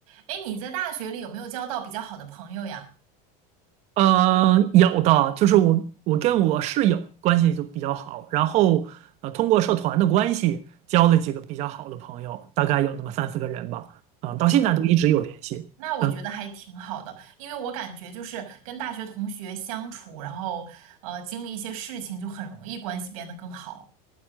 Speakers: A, on the right; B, on the right.
A: 哎，你在大学里有没有交到比较好的朋友呀？
B: 嗯，呃有的，就是我我跟我室友关系就比较好，然后呃，通过社团的关系交了几个比较好的朋友，大概有那么三四个人吧，啊、到现在都一直有联系。
A: 啊，那我觉得还挺好的，
B: 嗯，
A: 因为我感觉就是跟大学同学相处，然后呃经历一些事情，就很容易关系变得更好。